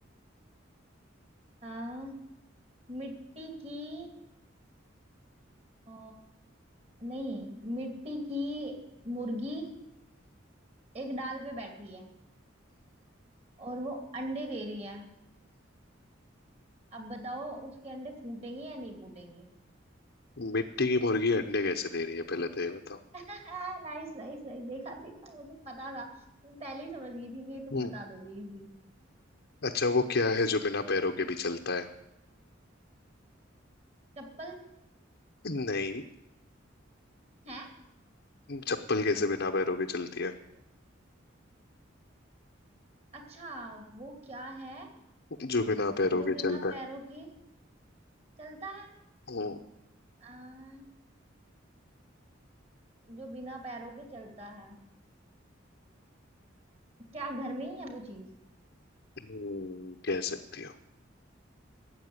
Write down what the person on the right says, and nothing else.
हाँ मिट्टी की अ, नहीं मिट्टी की मुर्गी एक डाल पे बैठी है और वो अंडे दे रही है अब बताओ उसके अंडे फूटेंगे या नहीं फूटेंगे
<laughs> नाइस नाइस नाइस देखा देखा मुझे पता था मैं पहले ही समझ गई थी कि तुम
बता दोगे इजी
चप्पल
है
अच्छा वो क्या है
जो
बिना
पैरों
के चलता है
आ, जो बिना पैरों के चलता है क्या घर में ही है वो चीज